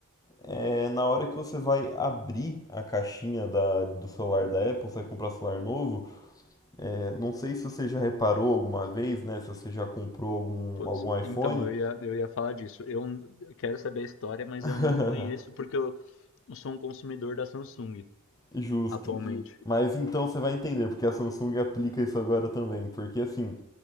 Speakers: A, on the left; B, on the left.
A: é na hora que você vai abrir a caixinha da, do celular da Apple, você vai comprar celular novo, é, não sei se você já reparou alguma vez, né? Se você já comprou algum,
B: Putz,
A: algum iPhone,
B: então, eu ia, eu ia falar disso. Eu quero saber a história, mas
A: <laughs>
B: eu não conheço porque eu sou um consumidor da Samsung
A: Justo.
B: atualmente.
A: Mas então você vai entender porque a Samsung aplica isso agora também, porque assim,